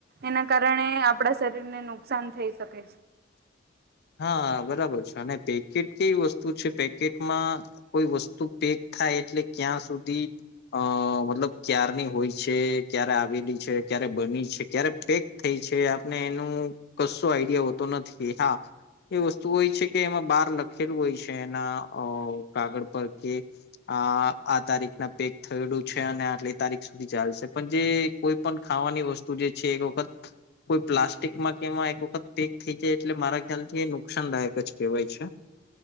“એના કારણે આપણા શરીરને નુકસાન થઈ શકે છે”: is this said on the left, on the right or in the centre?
Right